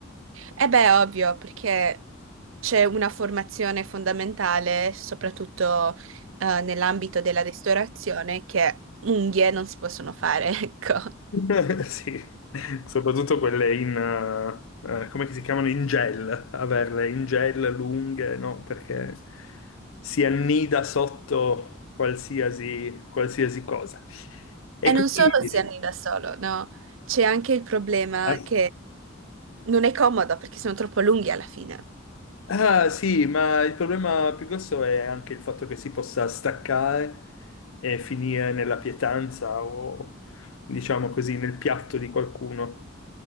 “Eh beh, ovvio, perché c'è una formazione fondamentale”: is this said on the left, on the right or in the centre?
Right